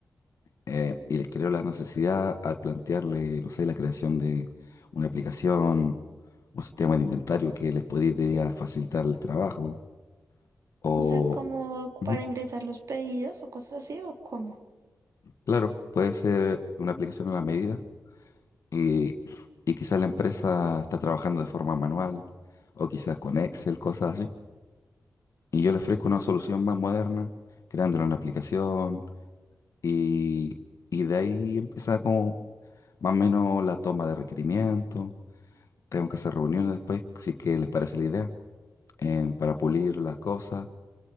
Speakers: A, on the left; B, on the right.
A: eh, y les creo la necesidad al plantearle, no sé, la creación de una aplicación, un sistema de inventario que les podría facilitar el trabajo, o,
B: O sea, como
A: ujú,
B: para ingresar los pedidos o cosas así, o cómo.
A: claro, puede ser una aplicación a la medida y, y quizás la empresa está trabajando de forma manual. O quizás con Excel, cosas así. Y yo le ofrezco una solución más moderna, creándole una aplicación y, y de ahí empieza como más o menos la toma de requerimientos. Tengo que hacer reuniones después, si es que les parece la idea, em, para pulir las cosas.